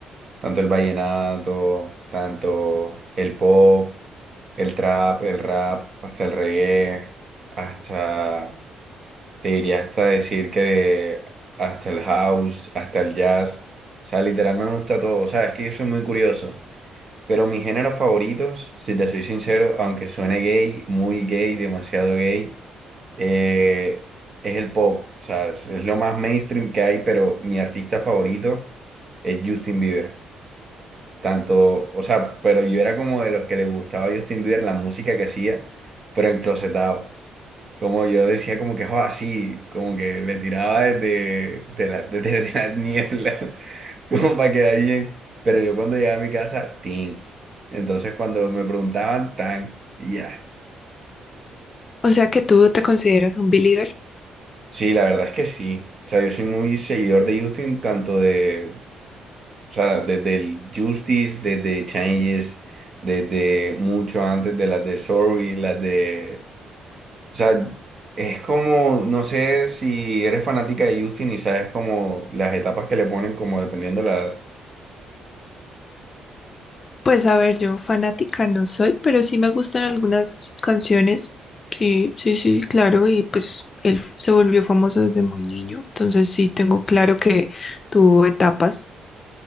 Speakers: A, on the right; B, on the left.
A: tanto el vallenato, tanto el pop, el trap, el rap, hasta el reggae, hasta, te diría hasta decir que hasta el house, hasta el jazz. O sea, literal me gusta todo. O sea, es que yo soy muy curioso. Pero mis géneros favoritos, si te soy sincero, aunque suene gay, muy gay, demasiado gay, eh, es el pop. O sea, es es lo más mainstream que hay, pero mi artista favorito es Justin Bieber. Tanto, o sea, pero yo era como de los que le gustaba a Justin Bieber la música que hacía, pero enclosetado. Como yo decía, como que, oh, sí como que le tiraba desde, de la, desde <laughs> la niebla, como para quedar bien. Pero yo cuando llegaba a mi casa, tin. Entonces cuando me preguntaban, tan, y ya.
B: O sea que tú te consideras un believer.
A: Sí, la verdad es que sí. O sea, yo soy muy seguidor de Justin, tanto de, o sea, desde el Justice, desde Changes, desde mucho antes de las de Sorry, las de O sea, es como, no sé si eres fanática de Justin y sabes como las etapas que le ponen, como dependiendo la edad.
B: Pues a ver, yo fanática no soy, pero sí me gustan algunas canciones. Sí, sí, sí, claro. Y pues él f- se volvió famoso desde muy niño. Entonces sí tengo claro que tuvo etapas,